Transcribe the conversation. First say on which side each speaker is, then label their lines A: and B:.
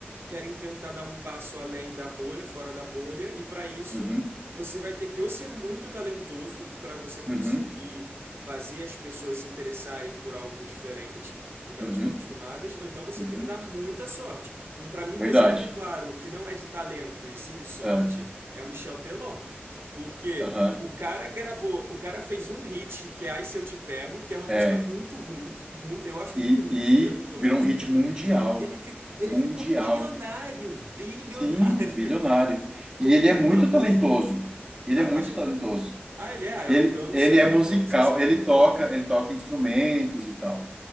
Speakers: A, on the right; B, on the right.
A: querem tentar dar um passo além da bolha, fora da bolha, e para isso
B: Uhum,
A: você vai ter que ou ser muito talentoso para você conseguir
B: uhum,
A: fazer as pessoas se interessarem por algo diferente do que elas
B: uhum,
A: estão acostumadas, ou então você
B: uhum.
A: tem que dar muita sorte. Um para mim
B: Verdade.
A: um exemplo claro que não é de talento e sim de sorte
B: Ah,
A: é o Michel Teló. Porque
B: Aham,
A: o cara gravou, o cara fez um hit, que é Ai Se Eu Te Pego, que é uma música
B: é.
A: muito ruim. mui- eu acho
B: E,
A: muito ruim.
B: e
A: Eu pessoalmente
B: virou
A: acho
B: um hit
A: muito
B: mundial.
A: ruim. E ele, fi- ele
B: Mundial.
A: ficou bilionário. Bilionário.
B: Sim, bilionário.
A: <laughs> Com
B: E
A: uma
B: ele é muito
A: música.
B: talentoso. Ele
A: Ah,
B: é muito
A: tu acha.
B: talentoso.
A: Ah, ele é? Ah,
B: Ele,
A: eu então eu não
B: ele
A: sei.
B: é
A: Eu
B: musical,
A: tô falando sem saber.
B: ele toca, ele toca instrumentos e tal.